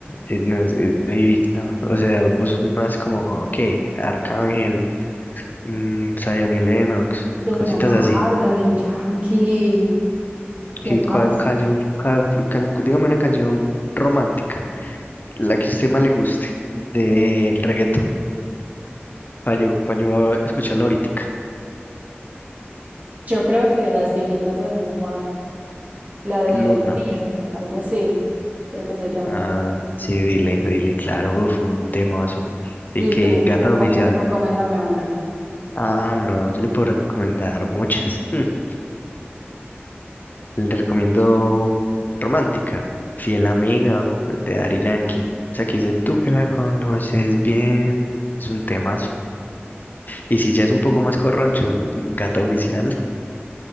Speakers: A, on the left (about 45°); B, on the right (about 40°).
A: eh, no, eh, uy, no, o sea, vos sos más como, ¿qué? Arcángel. mm, Zion y Lennox,
B: Don
A: cositas
B: Omar,
A: así.
B: Daddy Yankee. ¿Quién
A: ¿Y
B: más?
A: cuál canción, can- can- dígame una canción romántica, la que a usted más le guste del reggaetón, para yo, pa' yo escucharla ahorita.
B: Yo creo que las viejitas de Don Omar. La de
A: Luna.
B: Dile, algo así, creo que se llama.
A: Ah, sí, dile, dile, claro, uf, un temazo. Y
B: Y
A: que
B: tú,
A: Gata
B: recóndame-
A: Oficial.
B: recomiéndame una.
A: Ah, no, yo le puedo recomendar muchas. <laughs> Le recomiendo Romántica, Fiel Amiga, de Daddy Yankee. O sea, que dice, tú que la conoces bien. Es un tema Y si ya es un poco más corroncho, gato oficial,